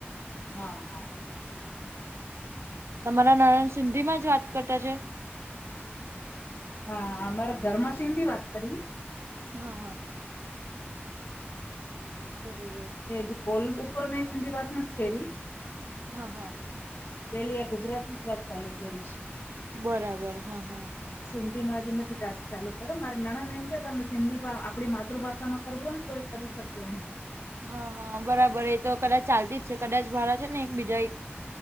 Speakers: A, on the left (about 60°); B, on the right (about 75°).
A: હા હા.
B: તમારા નાનાણ સિંધી માં જ વાત કરતા છે.
A: હા અમારે ઘરમા સિી વાત કરી.
B: હા. <inaudible>
A: અ કોલ ઉપર સધી વાત નથી ખરી.
B: હા.
A: પેલી આ ગુજરાતી જ વાત ચાલુ કરી છે.
B: બરાબર હા હા.
A: સિન્ંધી માં હજી નથી ટાસ્ક ચાલુ કર્યો મારે નાણા ને એમ કે તમનેિંધી આપણી માૃભાષામાં કરવું હો ને તો. કરી શકું એમ.
B: હા હા બરાબર એ તો કદાચ ચાલતી જ છે કદાચ મારા છે ને એક બીજા એક